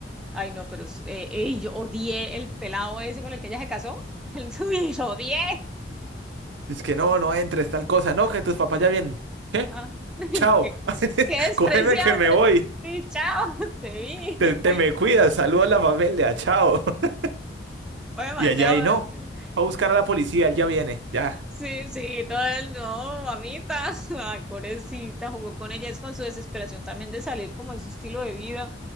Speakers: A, in the centre; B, on the right.
A: Ay, no, pero es- eh, ey, yo odié el pelado ese con el que ella se casó. <laughs> El suyo, lo odié.
B: Es que no, no entres, tal cosa. No, que tus papás ya vienen. ¿Qué?
A: Ah, <laughs>
B: Chao.
A: qué,
B: <laughs>
A: qué despreciable.
B: Cógeme que me voy.
A: Sí, sí, chao, <laughs> te vi.
B: Te, te
A: Ay,
B: me cuidas, saluda a la familia, chao. <laughs>
A: fue demasiado.
B: Y allá y no.
A: horrible.
B: Va a buscar a la policía, él ya viene, ya.
A: Sí, sí, todo el no, mamita. <laughs> Ay, pobrecita, jugó con ella. Es con su desesperación también de salir como de su estilo de vida.